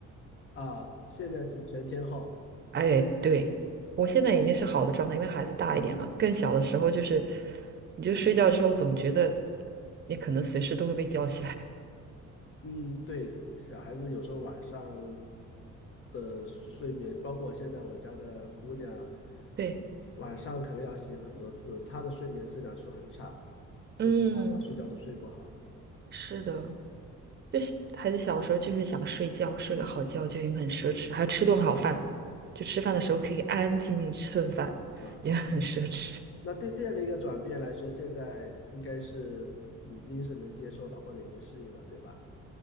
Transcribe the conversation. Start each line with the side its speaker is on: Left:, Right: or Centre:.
Left: 啊，现在是全天候。
Right: 哎，对，我现在已经是好的状态，因为孩子大一点了。更小的时候就是，你就睡觉之后总觉得你可能随时都会被叫起来。
Left: 嗯，对，小孩子有时候晚上的睡眠，包括我现在我家的姑娘，
Right: <laughs> 对，
Left: 晚上可能要醒很多次，她的睡眠质量是很差，所以她妈妈睡觉都睡不好
Right: 嗯，是的，就是孩子小时候就是想睡觉，睡个好觉就已经很奢侈，还要吃顿好饭，就吃饭的时候可以安安静静吃顿饭，
Left: 啊。
Right: 也很奢侈。
Left: 那对这样的一个转变来说，现在应该是已经是能接受的，或者已经适应了，对吧？